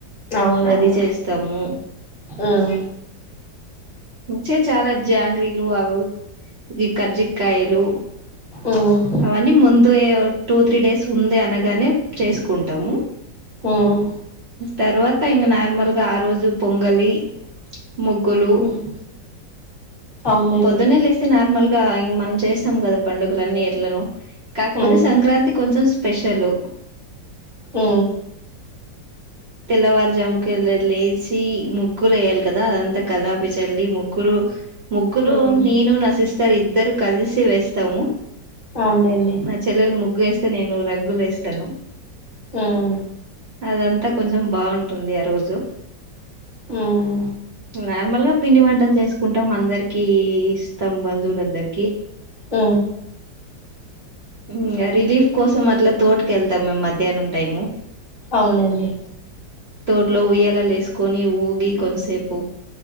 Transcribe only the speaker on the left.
అవునులేండి
ఉమ్
ఉమ్
ఉమ్
ఉమ్ అవునులేండి
ఉమ్
ఉ
ఉమ్
అవునులేండి
ఉమ్
ఉమ్
ఉ
ఔన్ లేండి.